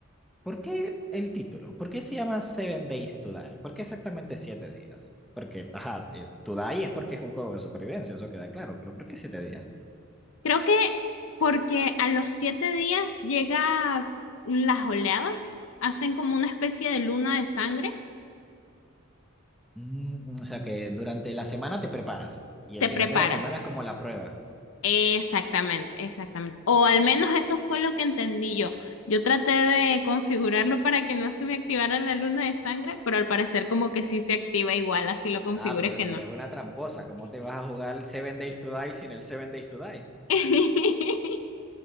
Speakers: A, in the centre; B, on the left.
A: ¿por qué el título? ¿Por qué se llama Seven Days to Die? ¿Por qué exactamente siete días? Porque, ajá, eh, to Die es porque es un juego de supervivencia, eso queda claro, pero ¿por qué siete días?
B: Creo que porque a los siete días llega las oleadas, hacen como una especie de luna de sangre,
A: Mm, o sea que durante la semana te preparas y
B: te
A: el final
B: preparas.
A: de la semana es como la prueba.
B: Exactamente, exactamente. O al menos eso fue lo que entendí yo. Yo traté de configurarlo para que no se me activara la luna de sangre, pero al parecer como que sí se activa igual, así lo configures
A: Ah, pero
B: que
A: te
B: no.
A: eres una tramposa, ¿cómo te vas a jugar el Seven Days to Die sin el Seven Days to Die?
B: <laughs>